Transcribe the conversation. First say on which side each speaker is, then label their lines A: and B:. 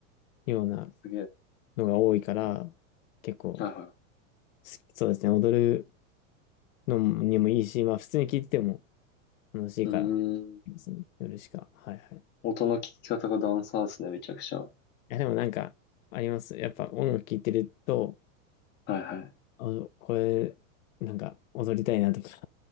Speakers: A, on the left (about 75°); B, on the left (about 25°).
A: ような
B: すげえ。
A: のが多いから、結構、
B: はいは
A: すそうですね、踊るのにもいいし、まあ、普通に聴いてても楽しいから、
B: い。うーん、
A: いいですね、夜しか。はいはい。い
B: 音の聞き方がダンサーっすね、めちゃくちゃ。は
A: や、でもなんか、あります。やっぱ音楽聴いてると、
B: いはい。
A: あ、これ、なんか踊りたいなとか